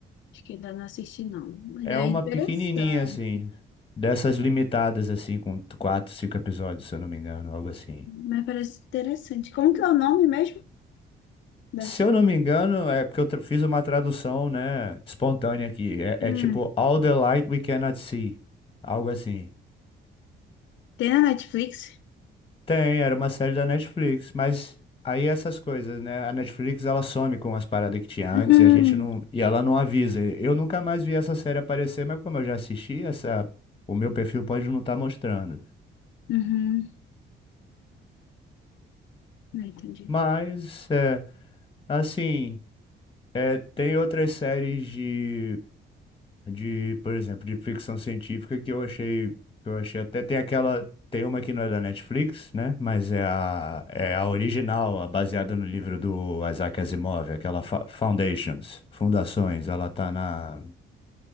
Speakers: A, on the left (about 70°); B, on the left (about 25°).
A: Acho que ainda não assisti, não. Mas
B: É
A: é
B: uma
A: interessante.
B: pequenininha assim, dessas limitadas assim com quatro, cinco episódios, se eu não me engano, algo assim.
A: Mas parece interessante. Como que é o nome mesmo dessa?
B: Se eu não me engano, é porque eu tra- fiz uma tradução, né, espontânea aqui. É, é
A: Hum,
B: tipo All the Light We Cannot See, algo assim.
A: tem na Netflix?
B: Tem, era uma série da Netflix, mas aí essas coisas, né? A Netflix ela some com as paradas que tinha antes
A: Hum,
B: e a gente não, e ela não avisa. Eu nunca mais vi essa série aparecer, mas como eu já assisti, essa, o meu perfil pode não estar mostrando.
A: uhum, não entendi.
B: Mas é, assim, é, tem outras séries de de, por exemplo, de ficção científica que eu achei, que eu achei até tem aquela, tem uma que não é da Netflix, né? Mas é a, é a original, a baseada no livro do Isaac Asimov, aquela Fa- Foundations, Fundações, ela tá na,